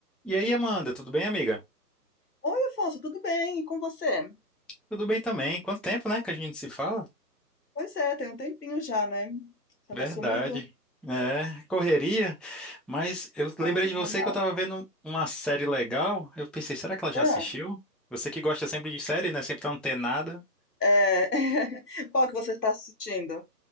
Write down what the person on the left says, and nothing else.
Oi, Afonso, tudo bem? E com você?
Pois é, tem um tempinho já, né? Você
anda sumido?
Ah,
normal.
Ah,
é, <laughs> Qual que você está assistindo?